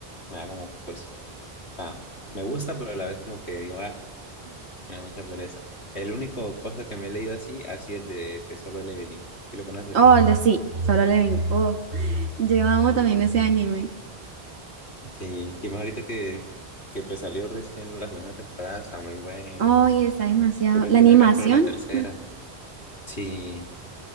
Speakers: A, on the left (about 80°); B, on the right (about 80°).
A: me da como cosita. O sea, me gusta, pero a la vez como que digo, ah, me da mucha pereza. El único cosa que me he leído así ha sido el de ese Solo Leveling. ¿Sí lo conoces?
B: Oh, el de sí, Solo Levin. Oh, yo amo
A: Y
B: también ese anime.
A: Sí, y más ahorita que, que pues salió recién la segunda temporada, está muy bueno.
B: Ay, está demasiado.
A: Quiero
B: La
A: que
B: animación.
A: salga pero la tercera.
B: mm.
A: Sí.